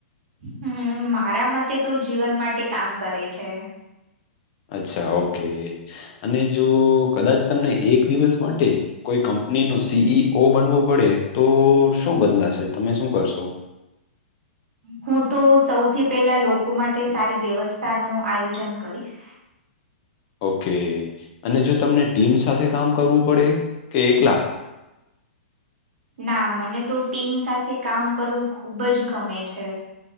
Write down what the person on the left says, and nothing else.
અચ્છા ઓકે અને જો કદાચ તમને એક દિવસ માટે કોઈ કંપનીનો સીઈઓ બનવું પડે તો શું બદલાશે તમે શું કરશો?
ઓકે અને જો તમને ટીમ સાથે કામ કરવું પડે કે એકલા